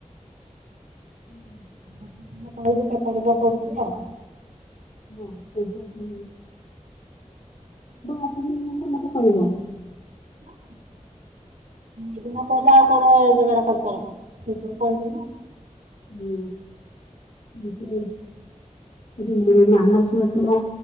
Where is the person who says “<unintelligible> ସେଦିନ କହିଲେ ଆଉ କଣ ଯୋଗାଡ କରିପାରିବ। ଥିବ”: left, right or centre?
Right